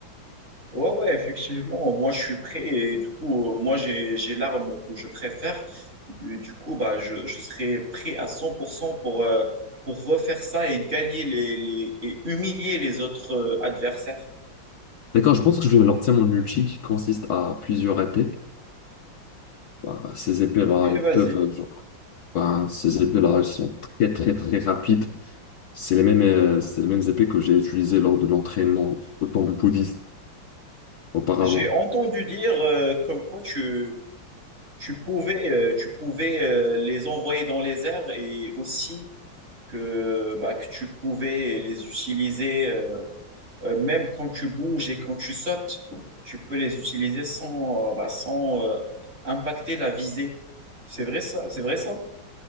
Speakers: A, on the right; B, on the left.
A: Ouais, ouais, effectivement, moi je suis prêt et du coup, euh, moi j'ai j'ai l'arme que je préfère. Du du coup, bah, je, je serai prêt à cent pour, cent pour, euh, pour refaire ça et gagner les, les, et humilier les autres euh, adversaires.
B: D'accord, je pense que je vais lancer mon ulti qui consiste à plusieurs épées. Bah, ces épées-là,
A: Et
B: ils
A: vas-y.
B: peuvent, euh, genre, bah, ces épées-là, elles sont très, très, très rapides. C'est les mêmes, euh, c'est les mêmes épées que j'ai utilisées lors de l'entraînement au temple bouddhiste auparavant.
A: J'ai entendu dire euh, comme quoi tu, tu pouvais, euh, tu pouvais euh, les envoyer dans les airs et aussi que, bah, que tu pouvais les utiliser. euh, euh, même quand tu bouges et quand tu sautes, tu peux les utiliser sans, euh, bah, sans euh, impacter la visée. C'est vrai ça, c'est vrai ça.